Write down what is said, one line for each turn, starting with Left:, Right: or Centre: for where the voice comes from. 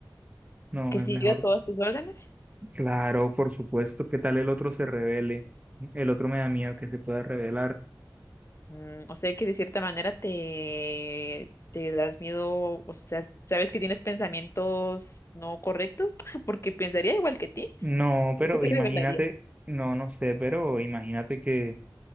Right: No,
Left: ¿Que siga
Right: es mejor,
Left: todas tus órdenes?
Right: claro, por supuesto, ¿qué tal el otro se revele? El otro me da miedo que se pueda revelar.
Left: Mm, o sea que de cierta manera te, te das miedo, o sea, sabes que tienes pensamientos no correctos, <laughs> porque pensaría igual que ti,
Right: No, pero
Left: porque se
Right: imagínate,
Left: revelaría.
Right: no, no sé, pero imagínate que,